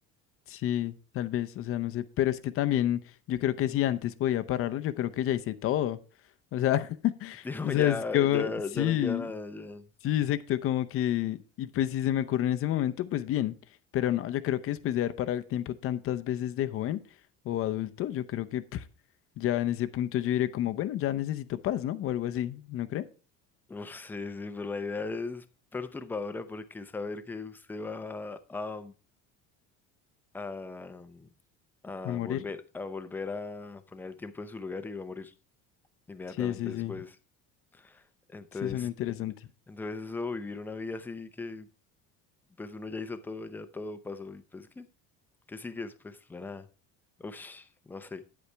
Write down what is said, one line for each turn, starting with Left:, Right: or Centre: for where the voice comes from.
Left: Sí, tal vez, o sea, no sé, pero es que también yo creo que si antes podía pararlo, yo creo que ya hice todo. O sea, <laughs>
Centre: <laughs> Tipo,
Left: o sea,
Centre: ya,
Left: es como,
Centre: ya,
Left: sí.
Centre: ya no queda nada, ya.
Left: Sí, exacto, como que, y pues si se me ocurre en ese momento, pues bien, pero no, yo creo que después de haber parado el tiempo tantas veces de joven o adulto, yo creo que pf, ya en ese punto yo diré como, bueno, ya necesito paz, ¿no? O algo así, ¿no cree?
Centre: Uf, sí, sí, pero la idea es perturbadora porque saber que usted va a, a, a
Left: A morir.
Centre: volver, a volver a poner el tiempo en su lugar y va a morir. inmediatamente
Left: Sí, sí,
Centre: después.
Left: sí,
Centre: Entonces,
Left: eso suena interesante.
Centre: entonces eso, vivir una vida así que pues uno ya hizo todo, ya todo pasó y pues ¿qué? ¿Qué sigue después? La nada. Uf, no sé.